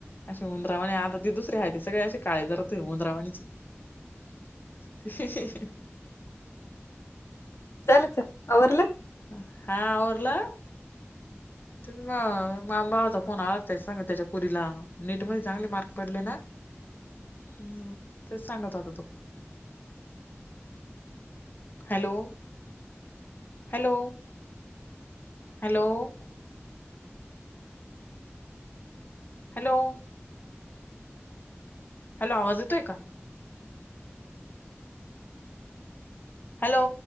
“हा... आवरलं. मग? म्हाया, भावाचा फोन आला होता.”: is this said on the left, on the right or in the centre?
Left